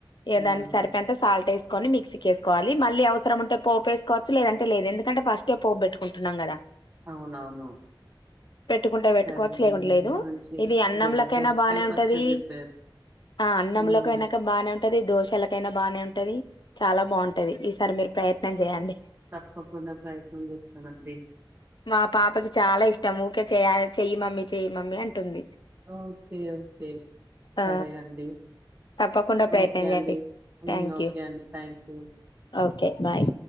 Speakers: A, on the left; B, on the right.
A: ఇగ
B: హ్మ్.
A: దానికి సరిపోయినంత సాల్ట్ వేసుకొని మిక్ సికి వేస్కోవాలి మళ్ళ అవసరం ఉంటే పోప్ వేసుకోవచ్చు లేదంటే లేదు ఎందుకంటే ఫస్ట్సె పోపు పెట్టుకుంటుంన్నాం కదా.
B: అవునవును
A: పెట్టుకుంటే పెట్టుకోవచ్చు
B: సరే
A: లేకుంటే
B: అండి.
A: లేదు,
B: మంచి
A: ఇది అన్నంలక్క
B: గు దోసకాయ
A: అయినా బానే ఉంటాది
B: పచ్చడి జెప్పారు.
A: ఆ అన్నంలోకైనా
B: హ్మ్.
A: బానే ఉంటది దోశలోకైనా బాగనే ఉంటది. చాలా బాగుంటది ఈ సారి మీరు ప్రయత్నం చేయండి.
B: తప్పకుండా ప్రయత్నం జేస్తానండి.
A: మా పాపకి చాలా ఇష్టం ఊకె చెయ చెయి మమ్మీ చెయ్ మమ్మీ అంటుంది
B: ఓకే ఓకే సరే
A: ఆ
B: అండి
A: తప్పకుండా
B: ఉ
A: ప్రయత్నించండి
B: ఓకే అండి ఉన్
A: థ్యాంక్
B: ఓకే
A: యూ
B: అండి థ్యాంక్స్
A: ఓకే బాయ్